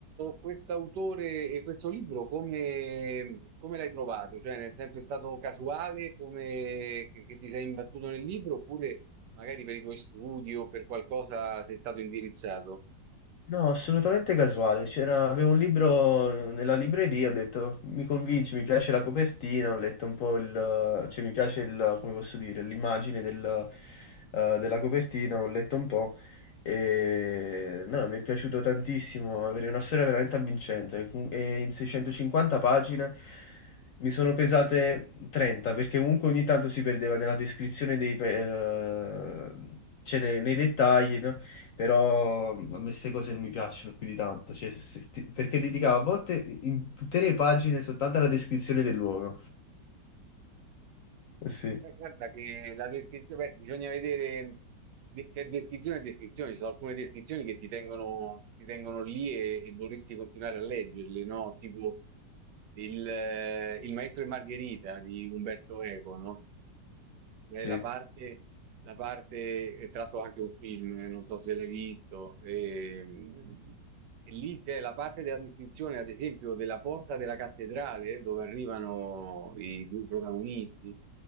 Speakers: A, on the right (about 75°); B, on the left (about 70°).
A: questo, autore e questo libro come, come l'hai trovato? Cioè, nel senso è stato casuale come che, che ti sei imbattuto nel libro oppure magari per i tuoi studi o per qualcosa sei stato indirizzato?
B: No, assolutamente casuale. C'era, avevo un libro eh, nella libreria, ho detto mi convince, mi piace la copertina, ho letto un po' il, cioè mi piace il, come posso dire, l'immagine del, eh, della copertina, ho letto un po' e no, mi è piaciuto tantissimo, avere una storia veramente avvincente e in 650 pagine mi sono pesate 30 perché comunque ogni tanto si perdeva nella descrizione dei, pe- eh, cioè nei, nei dettagli, no? Però mhmm, a me queste cose non mi piacciono più di tanto, cioè, se- se ti- perché dedicavo a volte intere pagine soltanto alla descrizione del luogo. Sì,
A: Eh, guarda che la descrizione, beh, bisogna vedere de- che descrizione è descrizione, ci sono alcune descrizioni che ti tengono, ti tengono lì e, e vorresti continuare a leggerle, no? Tipo il, eh, il maestro e Margherita di Umberto Eco, no? Eh,
B: sì.
A: la parte, la parte è tratto anche un film, eh, non so se l'hai visto. ehm, E, lì c'è la parte della descrizione, ad esempio, della porta della cattedrale dove arrivano i due protagonisti,